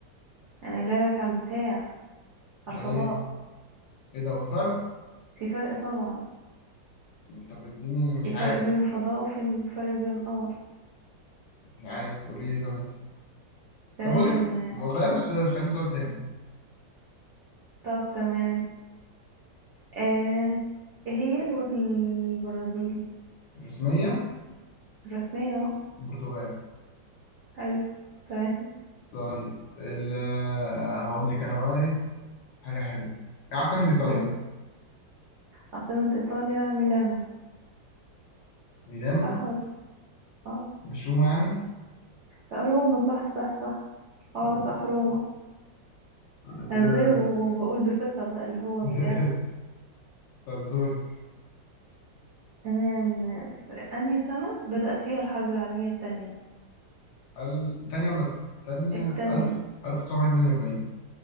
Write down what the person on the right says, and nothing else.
أنا قايلة لك على البتاع على
الفضاء
في فرق طبعا
في فرق
بين الفضاء وفي فرق بين القمر
تمام
آه،
طب تمام آه ايه هي لغة البرازيل
الرسمية اه
حلو تمام
قول. عاصمة ايطاليا ميلانو
صح ولا اه
لا آه، روما صح صح صح
اه صح روما
أنا ازاي وبقول بثقة بقى اللي هو
ميلانو
تمام انهي سنة بدأت فيها الحرب العالمية التانية
التانية